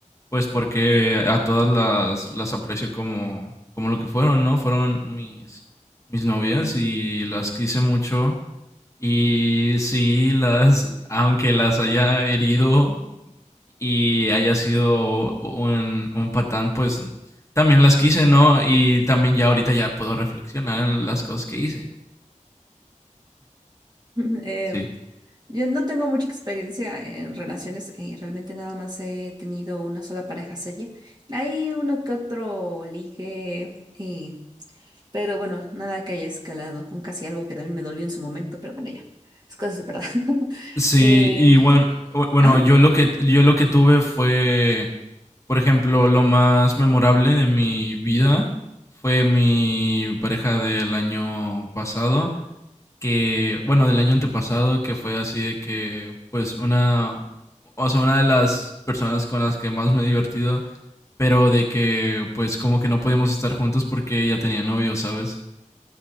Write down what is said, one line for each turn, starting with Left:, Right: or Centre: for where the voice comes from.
Left: pues porque a todas las, las aprecio como, como lo que fueron, ¿no? Fueron mis, mis novias y las quise mucho. Y sí, las, aunque las haya herido y haya sido un, un patán, pues también las quise, ¿no? Y también ya ahorita ya puedo reflexionar en las cosas que hice.
Right: <laughs> Eh,
Left: Sí.
Right: yo no tengo mucha experiencia en relaciones, eh, realmente nada más he tenido una sola pareja seria. Hay uno que otro ligue, eh, pero bueno, nada que haya escalado, un casi algo que también me dolió en su momento, pero bueno, ya, es cosa superada. <laughs>
Left: Sí,
Right: eh,
Left: y bueno, bu- bueno,
Right: ajá.
Left: yo lo que yo lo que tuve fue, por ejemplo, lo más memorable de mi vida fue mi pareja del año pasado. que, bueno, del año antepasado, que fue así de que, pues, una, o sea, una de las personas con las que más me he divertido, pero de que, pues, como que no podíamos estar juntos porque ella tenía novio, ¿sabes?